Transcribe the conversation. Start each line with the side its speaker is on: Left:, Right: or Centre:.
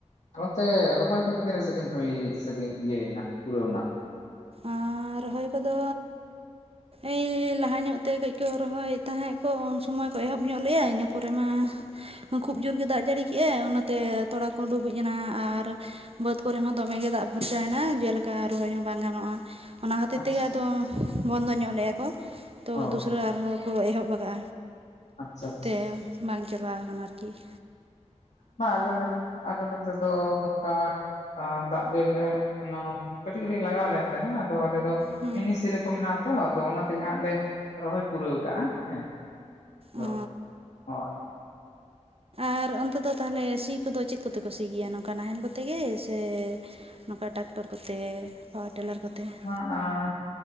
Left: ᱚᱱᱛᱮ ᱨᱚᱦᱚᱭ ᱠᱚᱫᱚ ᱛᱤᱱᱟᱹᱜ ᱥᱟᱹᱜᱤᱧ ᱦᱩᱭ ᱥᱮ, ᱤᱭᱟᱹᱭᱮᱱᱟ ᱯᱩᱨᱟᱹᱣ ᱮᱱᱟ᱾
Right: ᱟᱸ ᱨᱚᱷᱚᱭ ᱠᱚᱫᱚ᱾ ᱮᱭᱻ ᱞᱟᱦᱟ ᱧᱚᱜ ᱛᱮ ᱠᱟᱹᱡᱽ ᱠᱚ ᱨᱚᱦᱚᱭᱮᱫ ᱛᱟᱦᱮᱸᱫ ᱠᱚ ᱩᱱ ᱥᱚᱢᱚᱭ ᱠᱚ ᱮᱦᱚᱵ ᱧᱚᱜ ᱞᱮᱜ-ᱟ ᱤᱱᱟᱹ ᱯᱚᱨᱮ ᱢᱟ᱾ ᱠᱷᱩᱵ ᱡᱳᱨ ᱜᱮ ᱫᱟᱜ ᱡᱟᱹᱲᱤ ᱠᱮᱫᱟ ᱚᱱᱟᱛᱮ ᱛᱚᱲᱟ ᱠᱚ ᱰᱩᱵᱩᱡ ᱮᱱᱟ, ᱟᱨ ᱵᱟᱹᱫᱽ ᱠᱚᱨᱮ ᱦᱚᱸ ᱫᱚᱢᱮ ᱜᱮ ᱫᱟᱜ ᱵᱷᱚᱨᱪᱟᱭᱮᱱᱟ ᱡᱮᱞᱮᱠᱟ ᱨᱚᱦᱚᱭ ᱦᱚᱸ ᱵᱟᱝᱼᱼ ᱚᱱᱟ ᱠᱷᱟᱹᱛᱤᱨ
Left: ᱟᱪᱪᱷᱟ
Right: ᱛᱮᱜᱮ ᱟᱫᱚ ᱵᱚᱱᱫᱚ ᱧᱚᱜ ᱞᱮᱭᱟ ᱠᱚ ᱛᱚ
Left: ᱚ
Right: ᱫᱚᱥᱨᱟ ᱟᱨᱦᱚᱸ ᱠᱚ ᱮᱦᱚᱵ ᱠᱟᱜᱼᱟ
Left: ᱟᱪᱪᱷᱟ ᱟᱪᱪᱷᱟ
Right: ᱛᱮ ᱵᱟᱝ ᱪᱟᱵᱟ ᱟᱠᱟᱱᱟ ᱟᱨᱠᱤ ᱾
Left: ᱢᱟ ᱟᱞᱮ ᱱᱚᱛᱮ ᱟᱫᱚ ᱱᱚᱛᱮᱫᱚ ᱚᱱᱠᱟ ᱫᱟᱜ ᱡᱟᱹᱲᱤ ᱨᱮ ᱠᱟᱹᱴᱤᱡ ᱠᱟᱹᱴᱤᱡ ᱞᱟᱜᱟᱣ ᱞᱮᱱ ᱛᱟᱦᱮᱸ ᱟᱫᱚ ᱟᱞᱮ ᱫᱚ
Right: ᱦᱩᱸ
Left: ᱢᱤᱱᱤ ᱥᱮᱞᱚᱼᱼ ᱠᱚ ᱢᱮᱱᱟᱜᱼᱟ ᱛᱚ ᱟᱫᱚ ᱚᱱᱟ ᱛᱮᱜᱮ ᱦᱟᱸᱜ ᱞᱮ ᱨᱚᱦᱚᱭ ᱯᱩᱨᱟᱹᱣ ᱠᱟᱜᱼᱟ ᱦᱮᱸ ᱾ ᱦᱳ
Right: ᱚ
Left: ᱦᱳᱭ ᱾
Right: ᱟᱨ ᱚᱱᱛᱮ ᱫᱚ ᱛᱟᱦᱚᱞᱮ ᱥᱤ ᱠᱚᱫᱚ ᱪᱮᱫ ᱠᱚᱛᱮ ᱠᱚ ᱥᱤ ᱜᱮᱭᱟ ᱱᱚᱝᱠᱟ ᱱᱟᱦᱮᱞ ᱠᱚᱛᱮ ᱜᱮ ᱥᱮ ᱱᱚᱝᱠᱟ ᱴᱟᱠᱴᱚᱨ ᱠᱚᱛᱮ ᱯᱟᱣᱟᱨ ᱴᱮᱞᱟᱨ ᱠᱚᱛᱮ ᱾
Left: ᱟᱸ